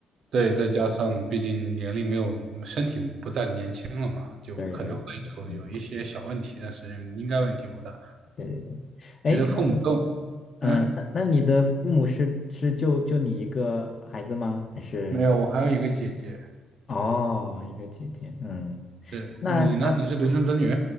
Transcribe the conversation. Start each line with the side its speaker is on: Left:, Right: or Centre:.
Right: 对，再加上毕竟年龄没有，身体不再年轻了嘛，就可能会有有一些小问题，
Left: 对对对，嗯，
Right: 但是应该问题不大。
Left: 对对对。哎，
Right: 我觉得父母都，
Left: 那嗯，
Right: 嗯，
Left: 那那你的父母是是就就你一个孩子吗？还是
Right: 没有，我还有一个姐姐。
Left: 哦一个姐姐？嗯，
Right: 对，
Left: 那那
Right: 你呢？你是独生子女？